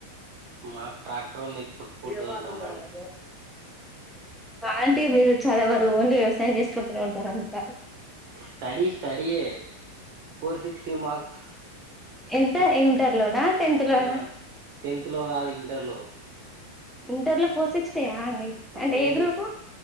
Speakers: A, on the right; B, in the centre.
A: మాకు ట్రాక్టర్ ఉంది పొట్టు పొట్టు
B: ఏవత్ర
A: వెళ్తాం బండి
B: అంటే మీరు చదవరు ఓన్లీ వ్యవసాయం చేసుకుంటూనే ఉంటారంట
A: స్టడీ స్టడి యే ఫోర్ సిక్స్టీ మార్క్స్
B: ఎంత
A: ఫస్ట్
B: ఇంటర్ లోనా టెన్త్ లోనా
A: ఆ టెన్త్ లో కాదు ఇంటర్ లో
B: ఇంటర్ లో ఫోర్ సిక్స్టీయా అండి అంటే
A: ఉమ్
B: ఏ గ్రూపు